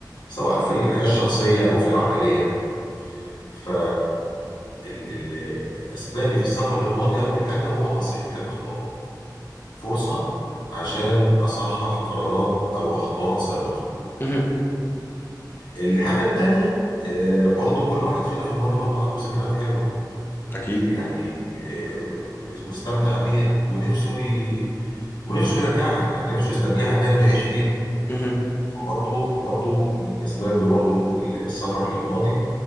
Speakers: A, on the left; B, on the left.
A: سواء في الحياة الشخصية او في العملية ف ال... ال... اسبابي في السفر للماضي اول حاجة هو تصحيح الاخطاء فرصة عشان اصحح قرارات او اخطاء سابقة
B: مهم.
A: الحاجة التانية آه، برضو كل واحد فينا في الماضي برضو عنده ذكريات حلوة
B: أكيد
A: يعني آه، واستمتع بيها ونفسه ي... ونفسه يرجعها يعني نفسه يسترجعها تاني ويعيش فيها
B: مهم.
A: فبرضه برضه من اسباب برضه السفر للماضي